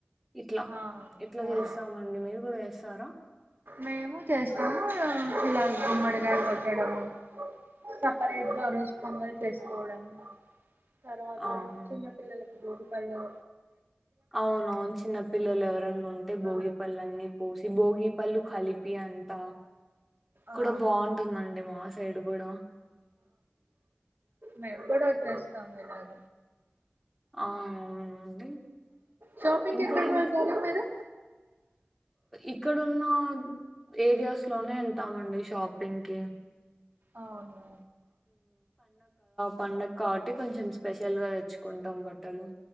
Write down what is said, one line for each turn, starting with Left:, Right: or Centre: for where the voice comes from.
Centre: ఇట్ల
Right: ఆ అవునా
Centre: ఇట్లా చేస్తామండి మీర్ కూడా చేస్తారా?
Right: మేము చేస్తాము ఇలా గుమ్మడికాయ కొట్టడము. సపరేట్గా ఆ రోజ్ పొంగల్ చేస్కోడం. తర్వాత
Centre: ఆహా
Right: చిన్న పిల్లలకి భోగిపళ్ళు
Centre: అవునవున్ చిన్న పిల్లల్ ఎవరన్నుంటే
Right: ఆ
Centre: భోగి పళ్ళన్ని పోసి భోగి పళ్ళు కలిపి అంత
Right: ఆ
Centre: కూడా బాగుంటుందండి మా సైడ్ గూడా
Right: మేం కూడా చేస్తాము ఇలాగ
Centre: ఆ అవునా అండి
Right: షాపింగ్కి
Centre: ఇం
Right: ఎక్కడికి
Centre: కా ఏం
Right: వెళ్తారు మీరు
Centre: ఇక్కడున్న ఏరియాస్లోనే ఎళ్తామండి షాపింగ్కి
Right: అవునా
Centre: పండగ్ కాబట్టి కొంచం స్పెషల్గా తెచ్చుకుంటాం బట్టలు